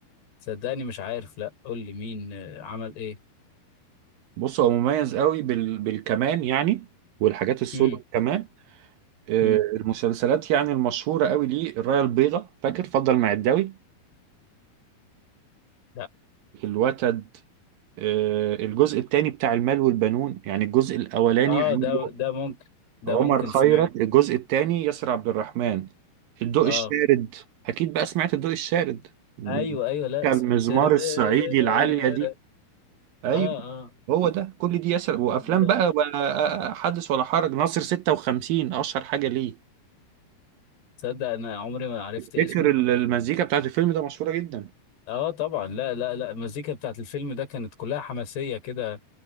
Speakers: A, on the left; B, on the right.
A: صدقني مش عارف لا قول لي مين آه، عمل ايه
B: بص هو مميز قوي بال... بالكمان يعني والحاجات السولو
A: امم
B: كمان آه،
A: امم
B: المسلسلات يعني المشهوره قوي ليه الرايه البيضاء فاكر فضل معداوي
A: لا
B: الوتد آه، الجزء الثاني بتاع المال والبنون يعني الجزء الاولاني
A: اه
B: عمله
A: ده ده ممكن ده
B: عمر
A: ممكن
B: خيرت
A: سمعت
B: الجزء الثاني ياسر عبد الرحمن الضوء
A: اه
B: الشارد اكيد بقى سمعت الضوء الشارد من-
A: ايوه ايوه لا
B: كان
A: سمعت
B: المزمار
A: تررررررررر.
B: الصعيدي العالية دي ايوه
A: اه اه
B: هو ده كل دي ياسر وافلام
A: لا،
B: بقى ولا حدث ولا حرج ناصر 56 اشهر حاجة ليه
A: تصدق انا عمري ما عرفت اسمه
B: فكر ال- المزيكا بتاعت الفيلم ده مشهورة جدا
A: اه طبعا لا لا لا المزيكا بتاعت الفيلم ده كانت كلها حماسيه كده